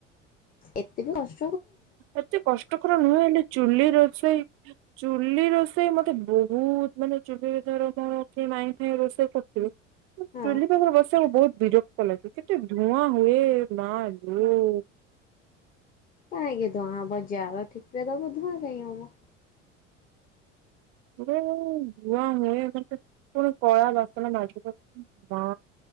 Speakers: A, on the left; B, on the right.
A: ଏତେ ବି କଷ୍ଟ
B: ଏତେ କଷ୍ଟକର ନୁହେଁ ହେଲେ ଚୁଲି ର ରୋଷେଇ ଚୁଲି ରୋଷେଇ ମତେ ବହୁତ ମାନେ ଚୁଲିରେ ଧର କଣକି ମାଇଁ ଫାଇଁ ରୋଷେଇ କରୁଥିବେ।
A: ହଁ
B: ଚୁଲି ପାଖରେ ବସିବାକୁ ବହୁତ ବିରକ୍ତ ଲାଗେ କିନ୍ତୁ ଧୁଆଁ ହୁଏ ମା ଲୋ।
A: କହିଁକି ଧୁଆଁ ହବ ଜାଳ ଠିକରେଦବ ଧୁଆଁ କାଇଁ ହବ
B: ମୁ ଧୂଆଁ ହୁଏ ପୂଣି କଳା ବାସନ ମାଯିବା